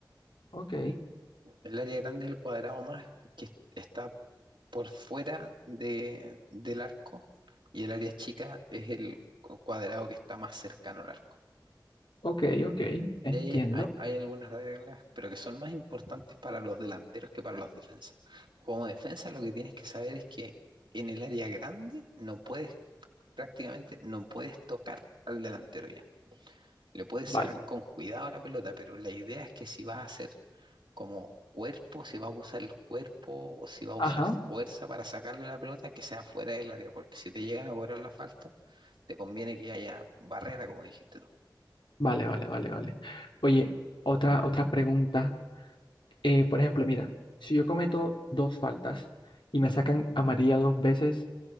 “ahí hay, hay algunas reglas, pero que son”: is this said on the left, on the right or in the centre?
Right